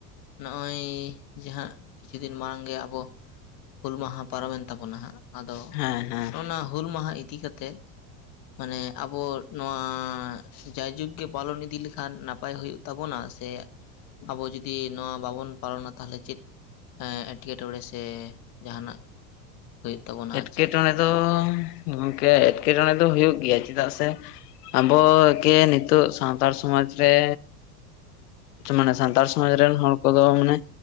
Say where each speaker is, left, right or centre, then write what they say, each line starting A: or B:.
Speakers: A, on the left; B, on the left.
A: ᱱᱚᱜ-ᱚᱭ ᱡᱟᱦᱟᱸ ᱠᱤᱪᱷᱩ ᱫᱤᱱ ᱢᱟᱲᱟᱝ ᱜᱮ ᱟᱵᱚ ᱦᱩᱞ ᱢᱟᱦᱟ ᱯᱟᱨᱚᱢᱮᱱ ᱛᱟᱵᱚᱱᱟ ᱦᱟᱸᱜ ᱟᱫᱚ
B: ᱦᱮᱸ ᱦᱮᱸ
A: ᱚᱱᱟ ᱦᱩᱞ ᱢᱟᱦᱟ ᱤᱫᱤ ᱠᱟᱛᱮᱫ ᱢᱟᱱᱮ ᱟᱵᱚ ᱱᱚᱣᱟ ᱡᱟᱭ ᱡᱩᱜᱽ ᱜᱮ ᱯᱟᱞᱚᱱ ᱤᱫᱤ ᱞᱮᱠᱷᱟᱱ ᱱᱟᱯᱟᱭ ᱦᱩᱭᱩᱜ ᱛᱟᱵᱚᱱᱟ ᱥᱮ ᱟᱵᱚ ᱡᱩᱫᱤ ᱱᱚᱣᱟ ᱵᱟᱵᱚᱱ ᱯᱟᱞᱚᱱᱟ ᱛᱟᱦᱚᱞᱮ ᱪᱮᱫ ᱮᱴᱠᱮ-ᱴᱚᱬᱮ ᱥᱮ ᱡᱟᱦᱟᱱᱟᱜ ᱦᱩᱭᱩᱜ ᱛᱟᱵᱚᱱᱟ
B: ᱮᱠᱴᱮ-ᱴᱚᱬᱮ
A: ᱟᱨ ᱪᱮᱫ
B: ᱫᱚ ᱜᱚᱢᱠᱮ ᱮᱴᱠᱮ-ᱴᱚᱬᱮ ᱫᱚ ᱦᱩᱭᱩᱜ ᱜᱮᱭᱟ ᱪᱮᱫᱟᱜ ᱥᱮ ᱟᱵᱚ ᱡᱮ ᱱᱤᱛᱚᱜ ᱥᱟᱱᱛᱟᱲ ᱥᱚᱢᱟᱡᱽ ᱨᱮ ᱢᱟᱱᱮ ᱥᱟᱱᱛᱟᱲ ᱥᱚᱢᱟᱡᱽ ᱨᱮᱱ ᱦᱚᱲ ᱠᱚᱫᱚ ᱢᱟᱱᱮ